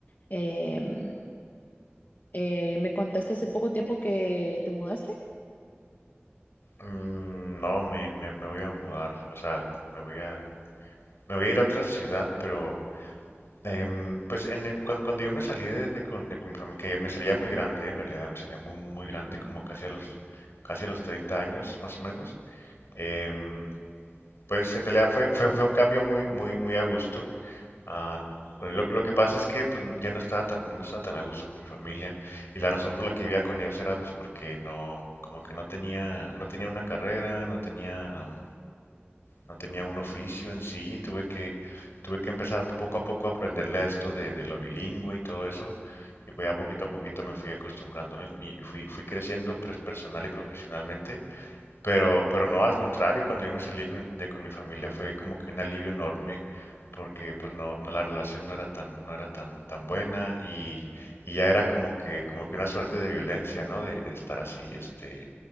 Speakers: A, on the left; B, on the left.
A: em, eh, me contaste hace poco tiempo que te mudaste?
B: Mm, No, me, me, me voy a mudar, o sea, me voy a, me voy a ir a otra ciudad, pero Em, pues en el- cuando, cuando yo me salí de, de con, de con mi familia, que me salía muy grande, en realidad me salía muy, muy grande, como casi a los, casi a los 30 años, más o menos, em, pues en realidad fue, fue, fue un cambio muy, muy, muy a gusto. Ah, lo, lo que pasa es que pues ya no estaba tan, no estaba tan a gusto con mi familia y la razón por la que vivía con ellos era pues porque no, como que no tenía, no tenía una carrera, no tenía, am, no tenía un oficio en sí, tuve que, tuve que empezar poco a poco a aprenderle a esto de, de lo bilingüe y todo eso, y pues ya poquito a poquito me fui acostumbrando, ¿no? Y fui, fui creciendo pues, personal y profesionalmente, pero, pero no, al contrario, cuando yo me salí con- de con mi familia fue como que un alivio enorme, porque pues no, no, la relación no era tan, no era tan, tan buena y, y ya era como que, como que una suerte de violencia, ¿no? De, de estar así, este